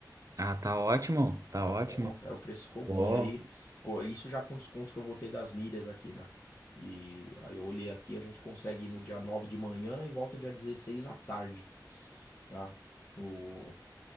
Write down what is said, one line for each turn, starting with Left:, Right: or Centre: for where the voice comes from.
Right: Ah, tá ótimo, tá
Left: Tá
Right: ótimo.
Left: bom, tá? O preço ficou bom.
Right: Pô,
Left: E aí, co- isso já com desconto que eu vou ter das milhas aqui, né? E aí eu olhei aqui, a gente consegue ir no dia 9 de manhã e volta dia 16 à tarde, tá? No...